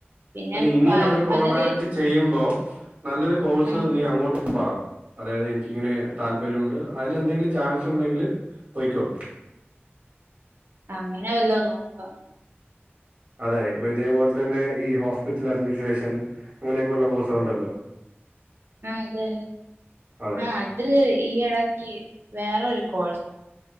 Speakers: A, on the right; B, on the right.
A: പിന്നെ
B: അല്ല ഇനി
A: പ
B: അവര് കോൺടാക്ട്
A: പകല്
B: ചെയ്യുമ്പോ നല്ലൊരു കോഴ്സ്
A: ആ
B: നീ അങ്ങോ പറ അതായത് എനിക്കിങ്ങനെ താല്പര്യമുണ്ട് അതിൽ എന്തെങ്കിലും ചാൻസ് ഉണ്ടെങ്കില് പൊയ്ക്കോ
A: അങ്ങനെ വല്ലതും നോക്കാം
B: അതെ ഇപ്പൊ ഇതേപോലെ തന്നെ ഈ ഹോസ്പിറ്റൽ അഡ്മിനിസ്ട്രേഷൻ അങ്ങനെയൊക്കെയുള്ള കോഴ്സലുണ്ടല്ലോ
A: ആഹ് അതെ
B: അതെ
A: ആഹ് അത് ഈ എടക്ക് വേറൊരു കോഴ്സ്